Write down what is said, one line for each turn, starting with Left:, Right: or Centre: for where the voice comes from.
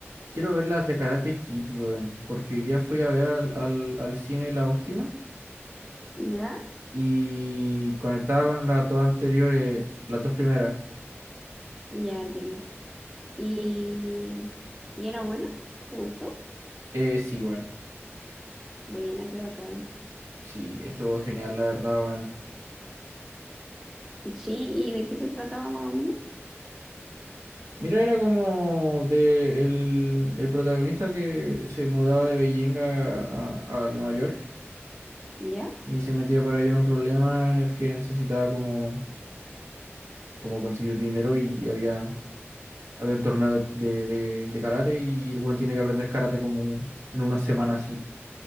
Right: Quiero ver las de Karate Kid, weón. Porque hoy día fui a ver al, al, al cine la última.
Centre: Ya,
Right: Y conectaba con las dos anteriores, las dos primeras.
Centre: ya entiendo. ¿Y, y era buena? ¿Te gustó?
Right: Eh, sí, weón.
Centre: Buena, qué bacán.
Right: Sí, estuvo genial, la verdad, weón.
Centre: Sí, ¿y de qué se trataba más o menos?
Right: Mira, era como de el, el protagonista que se mudaba de Beijing a, a- a Nueva York
Centre: ¿Ya?
Right: y se metía por ahí en un problema en el que necesitaba como, como conseguir dinero y había, había un torneo de, de- de- de karate y el weón tiene que aprender karate como en una semana así,